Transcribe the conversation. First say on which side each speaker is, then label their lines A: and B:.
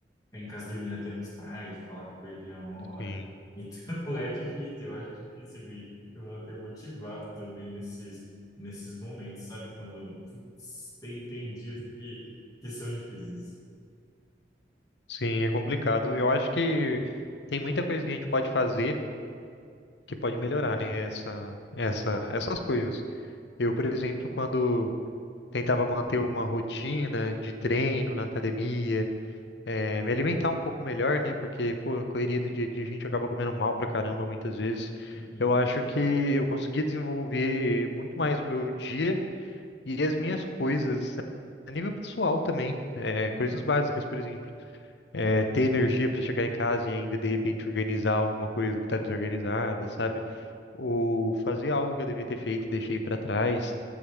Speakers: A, on the left (about 20°); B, on the left (about 70°).
A: ficar em casa dormindo até mais tarde, falar que eu perdi a hora.
B: Sim,
A: Então <laughs> é difícil, eu acho difícil me me manter motivado também nesses, nesses momentos, sabe? Quando putz, tem, tem dias que, que são difíceis.
B: sim, é complicado. Eu acho que tem muita coisa que a gente pode fazer que pode melhorar, né? Essa, essa, essas coisas. Eu, por exemplo, quando tentava manter uma rotina de treino na academia, eh, me alimentar um pouco melhor, né? Porque, pô, a correria do dia a dia a gente acaba comendo mal pra caramba muitas vezes.
A: Uhum,
B: Eu acho que eu consegui desenvolver muito mais o meu dia e as minhas coisas a nível pessoal também, é, coisas básicas, por exemplo, é, ter energia para chegar em casa e ainda de repente organizar alguma coisa que está desorganizada, sabe? Ou fazer algo que eu devia ter feito e deixei para trás.